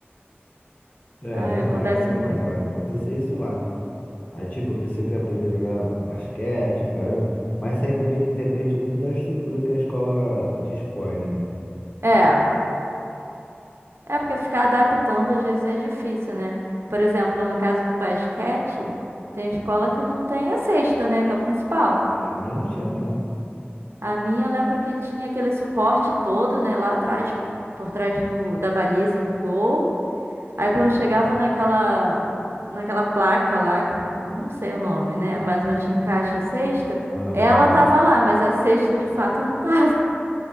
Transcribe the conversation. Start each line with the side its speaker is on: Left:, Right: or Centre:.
Left: É
Right: Ah,
Left: verdade,
Right: acontece
Left: é verdade.
Right: muito.
Left: Aconteceu isso lá. Aí, tipo, eu pensei que eu ia aprender a jogar basquete, o caramba. Mas isso aí também depende muito da estrutura que a escola dispõe, né?
Right: É, é porque ficar adaptando às vezes é difícil, né? Por exemplo, no caso do basquete, tem escola que não tem a cesta, né, que é o principal.
Left: É, a minha não tinha, não.
Right: A minha, eu lembro que tinha aquele suporte todo, né, lá atrás, por, por trás do, da baliza do gol. Aí quando chegava naquela, naquela placa lá, que eu não, eu não sei o nome, né, mas onde encaixa a cesta,
Left: Aham.
Right: ela tava lá, mas a cesta de fato não tava.